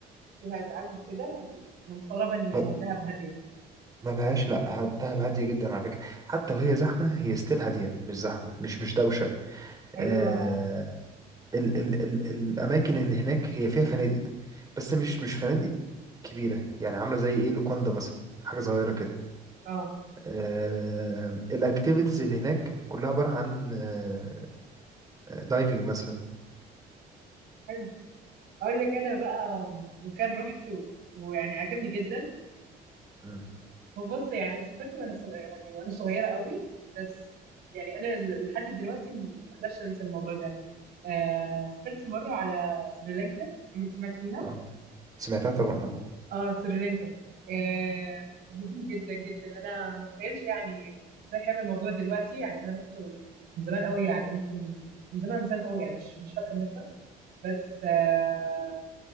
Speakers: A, on the right; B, on the right.
A: فيها ازعاج وكده يعني انا مستغربه انه
B: يعني
A: دهب هاديه
B: ما فيهاش لا ه- دهب هاديه جدا على فكره حتى وهي زحمه هي ستيل هاديه مش زحمه مش مش دوشه
A: ايوه
B: آه ال ال ال الاماكن اللي هناك هي فيها فنادق بس مش مش فنادق كبيره يعني عامله زي ايه لوكوندا مثلا حاجه صغيره كده
A: اه
B: آه الاكتيفيتيز اللي هناك كلها عباره عن آه دايفنج مثلا
A: حلو اقول لك انا بقى مكان رحته ويعني عجبني جدا
B: مم.
A: هو بص يعني انا سافرت وانا صغيره يعني وانا صغيره قوي بس يعني انا ل- لحد دلوقتي ما اقدرش انسى الموضوع ده آه سافرت مره على سريلانكا عمرك سمعت فيها
B: اه سمعتها طبعا اه
A: اه سريلانكا آه رهيبين جدا جدا انا ما اتخيلش يعني ازاي حابب الموضوع دلوقتي يعني انا رحت من زمان قوي يعني ممكن من زمان زمان قوي يعني مش مش فاكره متى بس آه